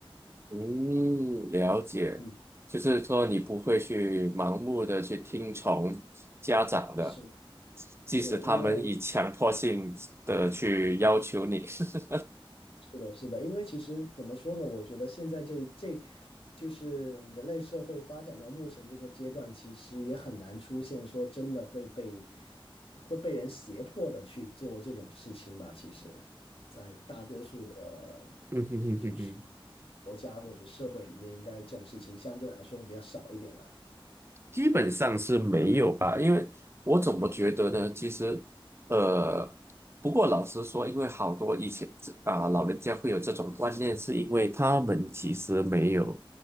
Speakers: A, on the right (about 25°); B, on the left (about 85°).
A: 嗯，了解，
B: 嗯，
A: 就是说你不会去盲目的去听从家长的，
B: 是
A: 即使他们以强迫性的去要求你。
B: 是因为
A: <laughs>
B: 是的，是的，因为其实怎么说呢？我觉得现在这这，就是人类社会发展到目前这个阶段，其实也很难出现说真的会被会被人胁迫的去做这种事情吧。其实，在大多数的，
A: 嗯哼哼哼哼。
B: 就是国家或者社会里面，应该这种事情相对来说会比较少一点了。
A: 基本上是没有吧，因为我怎么觉得呢？其实，呃，不过老实说，因为好多以前啊、老人家会有这种观念，是因为他们其实没有